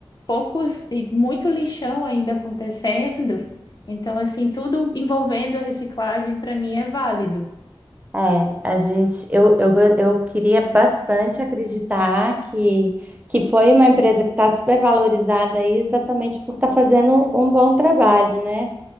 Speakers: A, on the left; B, on the right.
A: poucos e muito lixão ainda acontecendo. Então, assim, tudo envolvendo a reciclagem para mim é válido.
B: é. A gente, eu, eu, go- eu queria bastante acreditar que, que foi uma empresa que está super valorizada aí exatamente por estar fazendo um bom trabalho, né?